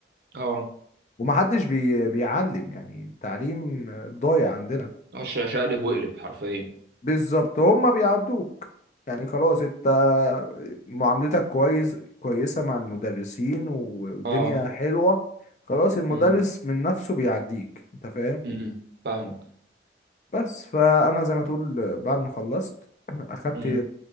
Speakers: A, on the right; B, on the left.
A: اه
B: ومحدش بي... بيعلم يعني التعليم ضايع عندنا
A: آه، ش- شقلب واقلب حرفيا
B: بالظبط هما بيعدوك يعني خلاص انت معاملتك كويس كويسة مع المدرسين والدنيا
A: اه
B: حلوة خلاص المدرس
A: امم
B: من نفسه بيعديك انت فاهم
A: امم فاهمك
B: بس فانا زي ما تقول بعد ما خلصت <clears throat> اخدت
A: امم